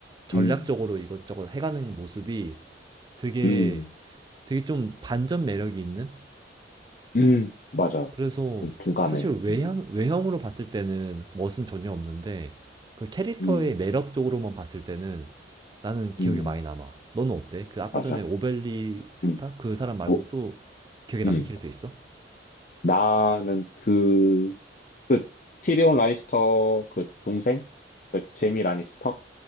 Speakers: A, on the right; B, on the left.
A: 전략적으로
B: 음,
A: 이것저것 해가는 모습이 되게
B: 음,
A: 되게 좀 반전 매력이 있는
B: 음, 맞아.
A: 그래서
B: 좀 동감해.
A: 사실 외향,
B: 음,
A: 외형으로 봤을 때는 멋은 전혀 없는데 그 캐릭터의
B: 음,
A: 매력적으로만 봤을 때는 나는 기억에
B: 음,
A: 많이 남아. 너는 어때? 그 아까
B: 맞아.
A: 전에 오벨리스타
B: 음,
A: 그 사람 말고
B: 오,
A: 또 기억에 남는
B: 음.
A: 캐릭터 있어?
B: 나는 그, 그, 티리온 라니스터 그 동생? 그 제미 라니스터?